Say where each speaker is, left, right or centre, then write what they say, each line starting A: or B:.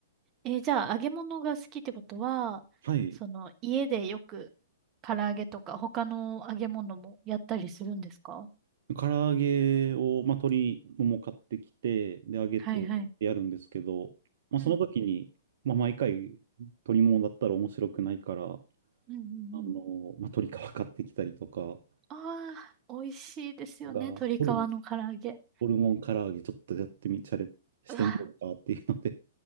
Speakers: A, on the right; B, on the right.
A: え、じゃあ、揚げ物が好きってことは、
B: はい。
A: その、家でよく、唐揚げとか、他の揚げ物もやったりするんですか
B: 唐揚げを、まあ、鶏もも買ってきて、で、揚げてやるんですけど、
A: はいはい。
B: まあ、
A: うん。
B: その時に、まあ、毎回、鶏ももだったら面白くないから、
A: うんうんうん。
B: あの、まあ、鶏皮買ってきたりとか
A: ああ、美味しいですよね。
B: が、
A: 鶏皮の唐揚げ。
B: ホルモン、ホルモン唐揚げちょっとやってみ、チャレしてみようかっていうので、
A: うわ、